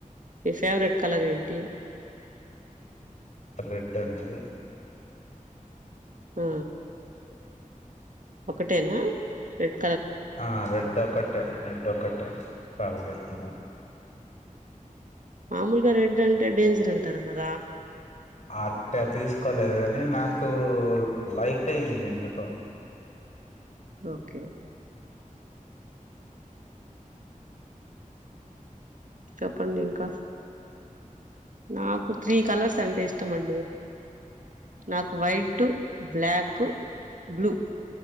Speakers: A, on the right (about 65°); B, on the left (about 55°).
A: మీ ఫేవరెట్ కలర్ ఏంటి
B: రెడ్డూ అండీ.
A: హ్ ఒకటేనా ఫేట్
B: ఆ రెడ్డు ఒక్కటె రేడ్డొక్కటె, బాగ పెడుతున్నావ్.
A: మామలుగ, రెడ్ అంటే డేంజర్ అంటారు గదా
B: ఆ అట్టే తీసుకోలేదు గని నాకూ లైక్ అయింది. ఎందుకొ
A: ఓకే చెప్పండింకా నాకు త్రీ కలర్సంటే ఇష్టమండి నాకు white black, blue